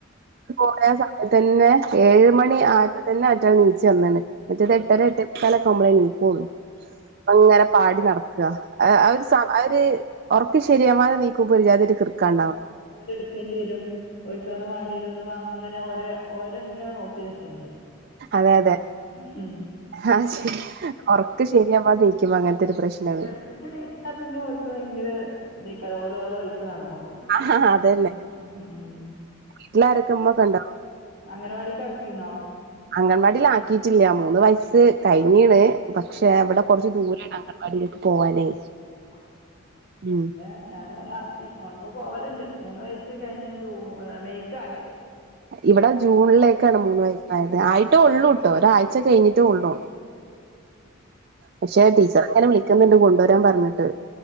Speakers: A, on the right; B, on the left.
A: ഇന്ക് മൂന്നേ സം തന്നെ ഏഴ് മണി ആയപ്പോ തന്നെ ആറ്റൾ നീച്ച വന്നാണ് മറ്റേത് എട്ടര എട്ട മു ബള നീക്കുള്ളൂ അങ്ങനെ പാടി നടക്ക അഹ് ഒരു സ അവര് ഒർക്ക് ശരിയാവാതെ നീക്കുമ്പോ ഒരു ജാതി ഒരു കൃർക്ക ണ്ട
B: ഓലെ എടുക്കേണ്ടി വരും ഓല്ക്കാതെ വേണ്ടി വരും അങ്ങനെ ഒര ഓര അങ്ങനെ നോക്കി നിക്കേണ്ടി വരും
A: അതെ
B: <unintelligible>
A: അതെ
B: ഉം
A: ആഹ് ശരി ഒർക്ക് ശരിയാവാ നിക്കുബോ അങ്ങനത്തെ ഒരു പ്രശ്നം
B: തെളഞ്ഞു
A: വരും
B: നീച്ചാൽ പിന്നെ അടുത്ത് ഭയങ്കര ഇതേക്കാരം ഓല് ഓലെ വൈക്ക് നടന്നോളും
A: ആഹ് അതന്നെ
B: ഉം ഉം
A: വീട്ടിൽ ആരൊക്കെ ഉമ്മകൊണ്ടോ
B: അങ്ങനവാടിക്ക് ആക്കീണോ
A: അംഗൻവാടിൽ ആക്കിയിട്ടില്ല മൂന്ന് വയസ്സ് കഴിഞ്ഞീണ് പക്ഷെ ഇവിടെ കുറച്ച് ദൂരാണ് അ വാടിലേക്ക് പോവാനേ
B: അഹ് ശരി
A: ഉം
B: <unintelligible> ഞൻ ഒല ആ ഓൻ പോ പോവലണ്ട് മൂന്ന് വയസ് കഴിഞ്ഞ ജു മെയ്ക്കായി
A: ഇവിടെ ജൂണിലേക്കാണ് മൂന്ന് വയസായത് ആയിട്ടോ ഉള്ളൂട്ടോ ഒരാഴ്ച കഴിഞ്ഞിട്ടേ ഉള്ളൂ പക്ഷെ ടീച്ചർ ഇങ്ങനെ വിളിക്കുന്നുണ്ട് കൊണ്ടുവരാൻ പറഞ്ഞിട്ട്